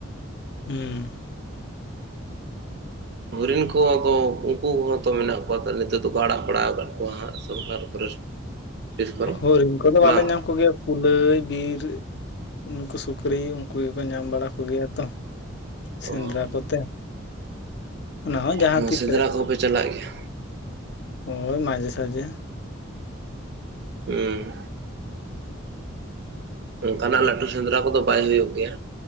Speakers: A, on the left; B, on the right.
A: ᱦᱩᱸ
B: ᱦᱚᱨᱤᱱ ᱠᱚ ᱦᱚᱛᱚ ᱩᱱᱠᱩ ᱠᱚᱦᱚᱛᱚ ᱢᱮᱱᱟᱜ ᱠᱚᱣᱟ ᱱᱤᱛᱚᱜ ᱫᱚ ᱟᱲᱟᱜ, ᱠᱚ ᱟᱲᱟ ᱟᱠᱟᱫ ᱠᱚᱣᱟ ᱦᱟᱸᱜ ᱥᱚᱨᱠᱟᱨ ᱯᱷᱚᱨᱮᱥᱴ ᱚᱯᱷᱤᱥ ᱠᱷᱚᱡ
A: ᱦᱚᱨᱤᱱ ᱠᱚᱫᱚ ᱵᱟᱞᱮ
B: ᱵᱟᱝ
A: ᱧᱟᱢ ᱠᱚᱜᱮᱭᱟ, ᱠᱩᱞᱟᱹᱭ ᱵᱤᱨ ᱱᱩᱠᱩ ᱥᱩᱠᱨᱤ ᱩᱱᱠᱩ ᱜᱮᱠᱚ ᱧᱟᱢ ᱵᱟᱲᱟ ᱠᱚᱜᱮᱭᱟ ᱛᱚ,
B: ᱚ
A: ᱥᱮᱸᱫᱽᱨᱟ ᱠᱚᱛᱮ, ᱚᱱᱟ ᱦᱚᱸ ᱡᱟᱦᱟᱸ
B: ᱦᱮᱸ
A: ᱛᱤᱥ
B: ᱥᱮᱸᱫᱽᱨᱟ ᱠᱚᱯᱮ ᱪᱟᱞᱟᱜ ᱜᱮᱭᱟ?
A: ᱦᱳᱭ ᱢᱟᱡᱮ ᱥᱟᱡᱮ,
B: ᱩᱸ ᱚᱱᱠᱟᱱᱟᱜ ᱞᱟᱹᱴᱩ ᱥᱮᱸᱫᱽᱨᱟ ᱠᱚᱫᱚ ᱵᱟᱭ ᱦᱩᱭᱩᱜ ᱜᱮᱭᱟ,